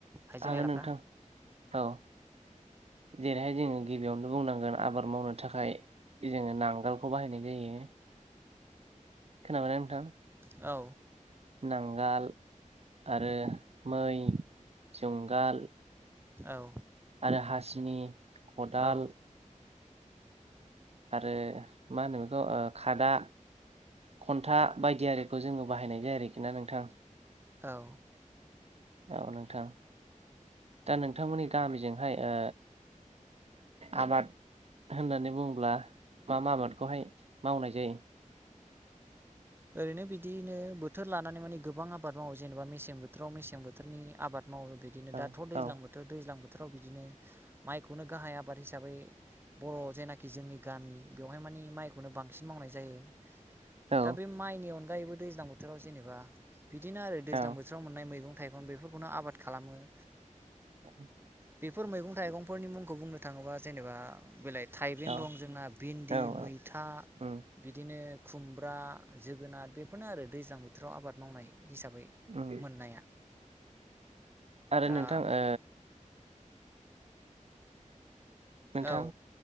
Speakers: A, on the right; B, on the right.
A: आइजें
B: हागोन
A: आइलाफ्रा
B: नोंथां औ जेरैहाय जोङो गिबियावनो बुंनांगोन आबाद मावनो थाखाय। जोङो नांगोलखौ बाहायनाय जायो। खोनाबायना नोंथां?
A: औ
B: नांगाल आरो मै जुंगाल।
A: औ
B: आरो हासिनि खदाल
A: औ
B: आरो मा होनो बेखौ खादा। खन्था बायदियारिखौ जोङो बाहायनाय जायो आरोखि ना नोंथां?
A: औ
B: औ नोंथां दा नोंथांमोननि गामिजोंहाय ओ आबाद होननानै बुंङोब्ला मा आबादखौहाय मावनाय जायो?
A: ओरैनो बिदिनो बोथोर लानानै मानि गोबां आबाद मावो जेनेबा मेसें बोथोराव मेसें बोथोरनि आबाद। मावो बिदिनो
B: औ
A: दाथ' दैज्लां
B: औ
A: बोथोर दैज्लां बोथोर। बोथोराव बिदिनो माइखौनो गाहाय आबाद हिसाबै बर' जेनाखि जोंनि गामि बेवहाय माने। माइखौनो बांसिन मावनाय जायो।
B: औ
A: दा बे माइनि अनगायैबो दैज्लां बोथोराव जेनेबा बिदिनो आरो दैज्लां
B: औ
A: बोथोराव मोननाय मैगं। मगं थाइगं बेफोरखौनो आबाद खालामो।
B: औ <unintelligible>
A: बेफोर मैगं थाइगंफोरनि मुंखौ बुंनो थाङोबा जेनेबा बेलाइ। थाइबें
B: औ
A: दं जोंना भिन्दि
B: औ
A: मैथा
B: औ उम
A: बिदिनो खुमब्रा। जोगोनार बेफोरनो आरो दैज्लां बोथोराव आबाद मावनाय हिसाबै
B: उम
A: मोननाया।
B: आरो
A: दा
B: नोंथां ओ नोंथां
A: औ